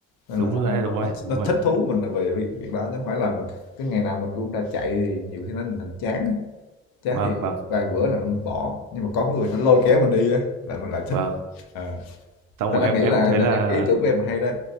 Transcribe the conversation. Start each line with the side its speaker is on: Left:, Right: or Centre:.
Left: nên
Right: đúng
Left: là thành
Right: rồi
Left: ra
Right: đấy đúng
Left: nó,
Right: rồi
Left: nó,
Right: đấy, đúng
Left: nó
Right: rồi
Left: thích
Right: đấy.
Left: thú mình là về việc, việc đó chứ không phải là mình cứ ngày nào mình cũng ra chạy thì nhiều khi nó thành chán á. chán
Right: vâng
Left: thì
Right: vâng
Left: vài bữa là mình bỏ nhưng mà có người nó lôi kéo mình đi á là mình lại thích
Right: vâng
Left: à.
Right: xong
Left: nên
Right: rồi
Left: anh
Right: em
Left: nghĩ
Right: em
Left: là
Right: cũng thấy
Left: là
Right: là
Left: em cái ý tưởng của em hay đấy